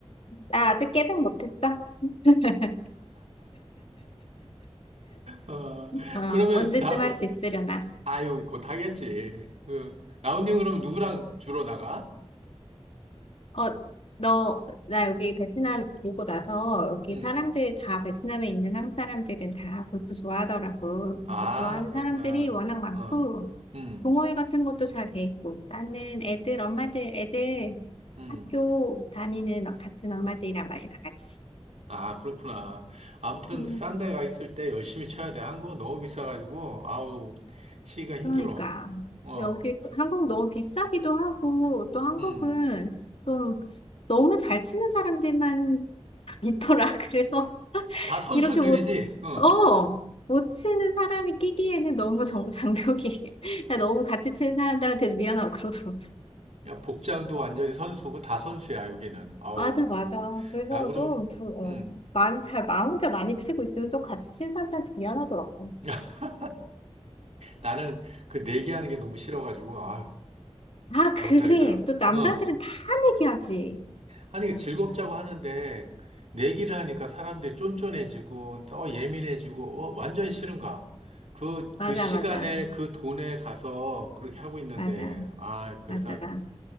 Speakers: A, on the left; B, on the right.
A: 나 아직 깨백 못했어. <laughs>
B: 어,
A: 어,
B: 그러면
A: 언제쯤
B: 나,
A: 할 수 있으려나.
B: 아유, 곧 하겠지. 그, 라운딩 그럼 누구랑 주로 나가?
A: 어, 너, 나 여기 베트남 오고 나서 여기
B: 응.
A: 사람들 다 베트남에 있는 한국 사람들은 다 골프 좋아하더라고.
B: 아,
A: 그래서 좋아하는
B: 그렇구나.
A: 사람들이 워낙 많고,
B: 어, 응,
A: 동호회 같은 것도 잘 돼 있고, 나는 애들, 엄마들, 애들
B: 응.
A: 학교 다니는 같은 엄마들이랑 많이 나가지.
B: 아, 그렇구나. 아무튼,
A: 음,
B: 싼 데가 있을 때 열심히 쳐야 돼. 한국은 너무 비싸가지고, 아우, 치기가 힘들어.
A: 그러니까.
B: 어,
A: 여기 또 한국 너무 비싸기도 하고, 또 한국은
B: 응.
A: 좀 너무 잘 치는 사람들만 <laughs> 있더라. 그래서
B: 다 선수들이지?
A: 이렇게 뭐
B: 어.
A: 어, 못 치는 사람이 끼기에는 너무 정, 장벽이, <laughs> 나 너무 같이 치는 사람들한테도 미안하고 그러더라고.
B: 야, 복장도 완전히 선수고, 다 선수야, 여기는. 아우,
A: 맞아, 맞아.
B: 그,
A: 그래서
B: 나 그러,
A: 좀, 부, 어,
B: 응.
A: 많이 잘, 나 혼자 많이 치고 있으면 좀 같이 치는 사람들한테 미안하더라고.
B: <laughs> 나는 그 내기하는 게 너무 싫어가지고, 아유,
A: 아, 그래.
B: 못하겠더라.
A: 또 남자들은
B: 응.
A: 다 내기하지.
B: 아니, 즐겁자고 하는데, 내기를 하니까 사람들이 쫀쫀해지고, 또 예민해지고, 어, 완전히 싫은가? 그,
A: 맞아,
B: 그 시간에
A: 맞아.
B: 그 돈에 가서 그렇게 하고 있는데,
A: 맞아,
B: 아, 그래서
A: 맞아.